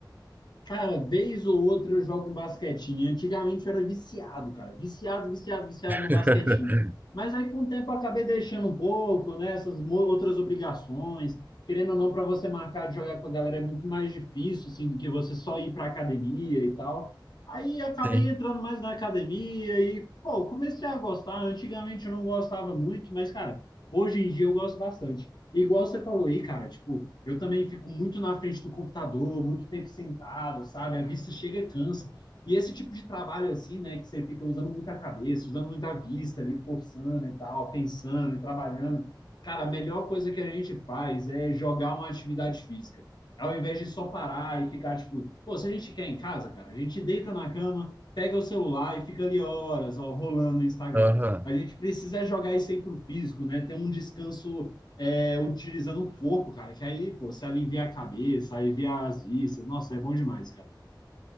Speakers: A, on the left; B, on the right.
A: Cara, vez ou outra eu jogo um basquetinho. Antigamente eu era viciado, cara. Viciado, viciado, viciado no basquetinho.
B: <laughs>
A: Mas aí com o tempo eu acabei deixando um pouco, né? Essas mo- outras obrigações. Querendo ou não, para você marcar de jogar com a galera é muito mais difícil, assim, do que você só ir para academia e tal. Aí acabei
B: Sim.
A: entrando mais na academia e, pô, comecei a gostar. Antigamente eu não gostava muito, mas, cara, hoje em dia eu gosto bastante. E igual você falou aí, cara, tipo, eu também fico muito na frente do computador, muito tempo sentado, sabe? A vista chega e cansa. E esse tipo de trabalho assim, né, que você fica usando muita cabeça, usando muita vista ali, forçando e tal, pensando e trabalhando. Cara, a melhor coisa que a gente faz é jogar uma atividade física. Ao invés de só parar e ficar, tipo, pô, se a gente quer em casa, cara, a gente deita na cama, pega o celular e fica ali horas, ó, rolando no Instagram.
B: Aham.
A: A gente precisa jogar isso aí pro físico, né? Ter um descanso é, utilizando o corpo, cara. Que aí, pô, você alivia a cabeça, alivia as vistas. Nossa, é bom demais, cara.